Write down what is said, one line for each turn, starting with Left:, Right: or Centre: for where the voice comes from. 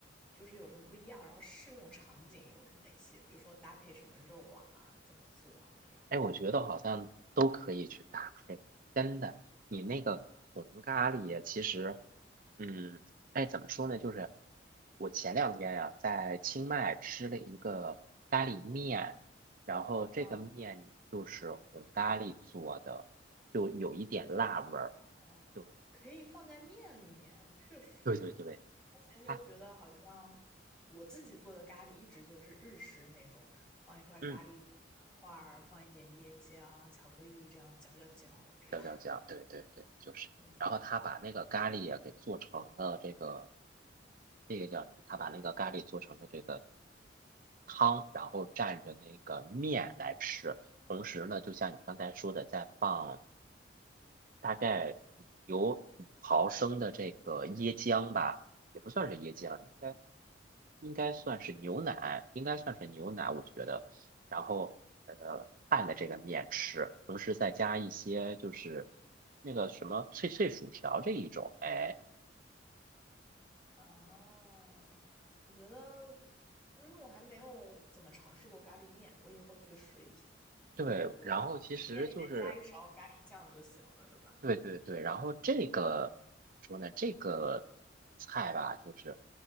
Centre: 就是有什么不一样，然后适用场景有哪些？比如说搭配什么肉啊，怎么做啊，这样。
Right: 哎，我觉得好像都可以去搭配，真的。你那个红咖喱，其实，嗯，哎，怎么说呢？就是我前两天呀、在清迈吃了一个咖喱面，然后这个面就是红咖喱做的，
Centre: 啊，
Right: 就有一点辣味儿。
Centre: 哦，
Right: 对，
Centre: 可以放在面里面，确实哦。
Right: 对对对，
Centre: 之前就觉得好像我自己做的咖喱一直就是日式那种，
Right: 它，
Centre: 放一块咖喱块儿，
Right: 嗯，
Centre: 放一点椰浆、巧克力，这样搅搅搅，这样。
Right: 搅搅搅，
Centre: <laughs>
Right: 对对对，就是。
Centre: 嗯
Right: 然后他把那个咖喱也给做成了这个，这个叫什么？他把那个咖喱做成了这个汤，然后蘸着那个面来吃。同时呢，就像你刚才说的，再放大概有五毫升的这个椰浆吧，也不算是椰浆，应该。应该算是牛奶，应该算是牛奶，我觉得。然后呃，拌的这个面吃，同时再加一些就是那个什么脆脆薯条这一种，哎，
Centre: 哦，我觉得，嗯，我还没有怎么尝试过咖喱面，我以后去试一下，
Right: 对。
Centre: 就是面里面加一勺咖喱酱就行了，
Right: 然后其实就是
Centre: 是吧？
Right: 对对对，然后这个怎么说呢？这个菜吧，就是